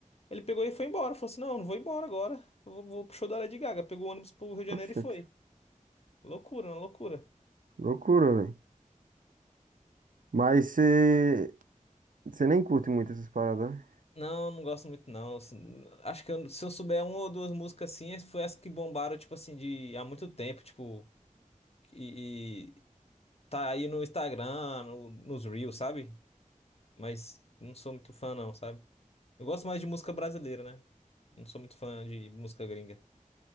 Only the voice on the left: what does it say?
Ele pegou e foi embora, falou assim, não, eu não vou embora agora, eu vou, vou pro show da Lady Gaga. Pegou o ônibus pro Rio de Janeiro
e foi. Loucura, né? Loucura.
Não, não gosto muito não. S- Acho que eu- se eu souber uma ou duas músicas assim, as- foi as que bombaram, tipo assim, de há muito tempo, tipo, e, e tá aí no Instagram, no- nos Reels, sabe? Mas não sou muito fã não, sabe? Eu gosto mais de música brasileira, né? Não sou muito fã de música gringa.